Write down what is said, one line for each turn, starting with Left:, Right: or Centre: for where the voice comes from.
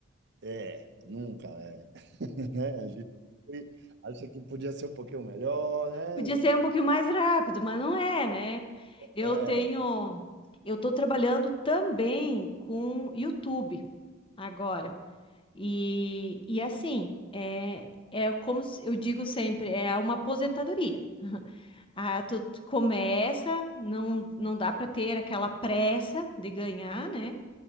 Right: É, nunca, é. <laughs> Né? A gente sempre acha que podia ser um pouquinho melhor, né?
Left: Podia ser um pouquinho mais rápido, mas não é, né? Eu
Right: É,
Left: tenho, eu tô trabalhando também com YouTube agora. E, e assim, é, é como se- eu digo sempre, é uma aposentadoria. Ah, tu, tu começa, não, não dá para ter aquela pressa de ganhar, né?